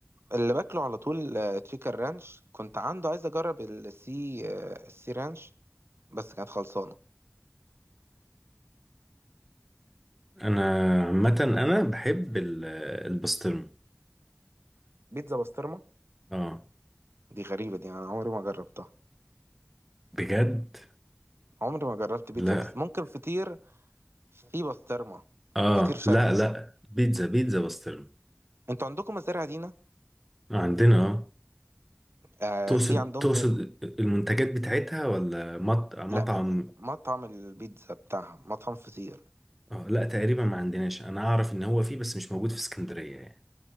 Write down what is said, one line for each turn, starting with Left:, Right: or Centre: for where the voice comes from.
Right: اللي باكله على طول آه، تشيكن رانش كنت عنده عايز اجرب السي آه، السي رانش بس كانت خلصانه
Centre: انا عامة انا بحب ال- البسطرمة
Right: بيتزا بسطرمه
Centre: اه
Right: دي غريبه دي انا عمري ما جربتها
Centre: بجد
Right: عمري ما جربت بيتزا
Centre: لا
Right: بس ممكن فطير في بسطرمه
Centre: اه
Right: فطير شرقي
Centre: لا لا بيتزا بيتزا بسطرمة
Right: انتوا عندكم مزارع دينا
Centre: آه، عندنا اه
Right: آه
Centre: تقصد
Right: في عندهم
Centre: تقصد
Right: ب...
Centre: المنتجات بتاعتها ولا مط... مطعم
Right: لا مطعم البيتزا بتاعها مطعم فطير
Centre: آه لا تقريبا ما عندناش انا اعرف ان هو فيه بس مش موجود في اسكندرية يعني